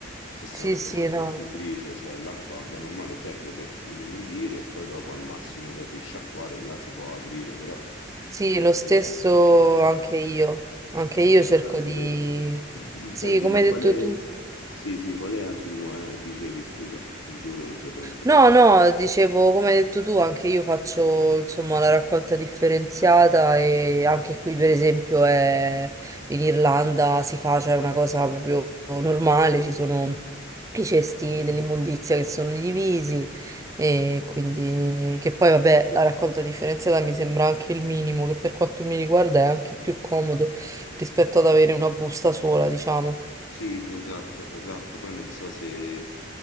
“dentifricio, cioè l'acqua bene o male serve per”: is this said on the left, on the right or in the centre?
Left